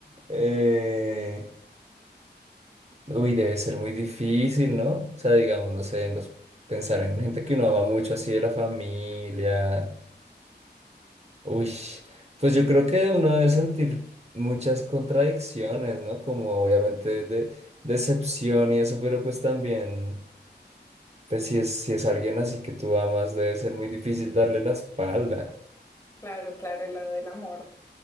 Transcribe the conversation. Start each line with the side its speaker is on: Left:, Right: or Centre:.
Right: Eh, Uy, debe ser muy difícil, ¿no? O sea, digamos, no sé, en los, pensar en gente que uno ama mucho, así de la familia. Uy, pues yo creo que uno debe sentir muchas contradicciones, ¿no? Como obviamente de, decepción y eso, pero pues también, pues si es, si es alguien así que tú amas, debe ser muy difícil darle la espalda.
Left: Claro, claro, la del amor.